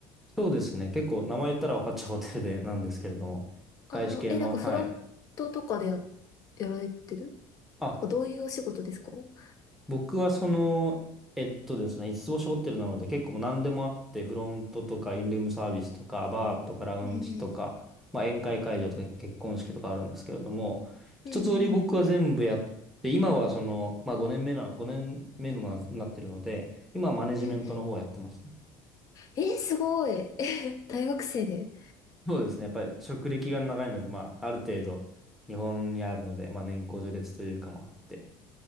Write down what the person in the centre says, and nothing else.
そうですね。結構名前言ったら分かっちゃうホテルでなんですけれども、
外資系の、
はい。
あ、
僕はその、えっとですね、五つつ星ホテルなので結構もう何でもあって、フロントとかインルームサービスとか、バーとかラウンジとか、
まあ、宴会会場とか結婚式とかあるんですけれども、
一通り僕は全部やって、今はその、まあ5年目なの、5年目のな、なってるので、今はマネジメントの方をやってますね
<laughs> そうですね。やっぱり職歴が長いので、まあ、ある程度、日本にあるので、まあ、年功序列というかもあって、っ